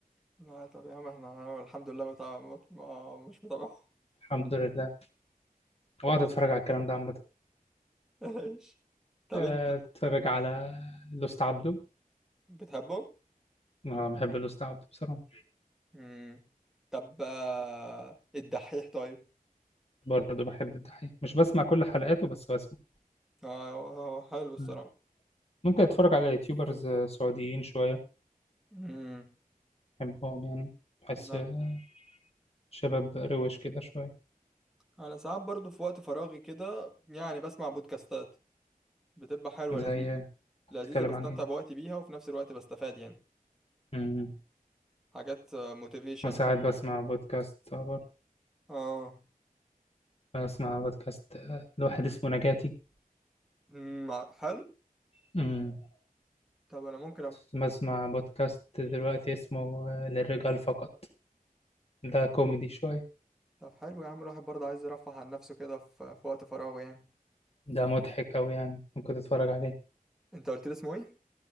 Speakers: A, in the centre; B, on the left.
A: لا طب يا عم احنا أنا الحمد لله متابع ما مش متابعهم
B: الحمد لله واقعد اتفرج على الكلام ده عامه
A: <laughs> ايش طب
B: آه،
A: انت
B: اتفرج على لوست عبده
A: بتحبه؟
B: انا بحب لوست عبده بصراحه
A: مم. طب آه، الدحيح طيب
B: برضه بحب الدحيح مش بسمع كل حلقاته بس بسمع
A: آه، هو هو حلو الصراحة
B: مم. ممكن اتفرج على يوتيوبرز آه، سعوديين شويه
A: مم.
B: بحبهم يعني بحس
A: لا
B: آه، شباب روش كده شويه
A: أنا ساعات برضو في وقت فراغي كده يعني بسمع بودكاستات بتبقى حلوة
B: زي
A: لذيذة
B: آه،
A: لذيذة
B: بتتكلم
A: بستمتع
B: عن ايه
A: بوقتي بيها وفي نفس الوقت بستفاد يعني
B: مم.
A: حاجات موتيفيشن
B: وساعات بسمع بودكاست آه، برضه
A: اه
B: بسمع بودكاست آه، لواحد اسمه نجاتي
A: مم. حلو
B: مم.
A: طب أنا ممكن أب...
B: وبسمع بودكاست دلوقتي اسمه آه، للرجال فقط ده كوميدي
A: حلو.
B: شوية
A: طب حلو يا عم الواحد برضه عايز يرفه عن نفسه كده في... في وقت فراغه يعني
B: ده مضحك أوي يعني ممكن تتفرج عليه
A: أنت قلت لي اسمه إيه؟